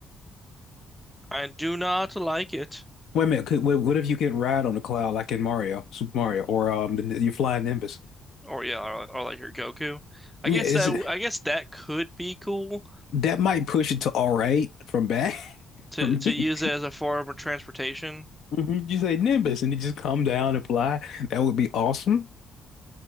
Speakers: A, in the centre; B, on the left.
A: I do not like it.
B: Wait a minute. Could, what, what if you could ride on the cloud like in Mario, Super Mario, or um, the, your flying Nimbus?
A: Or yeah, or, or like your Goku. I
B: Yeah,
A: guess
B: is
A: that
B: it
A: I guess that could be cool
B: that might push it to all right from bad <laughs>
A: to
B: for me?
A: to use it as a form of transportation.
B: Mhm, You say Nimbus and it just come down and fly. That would be awesome.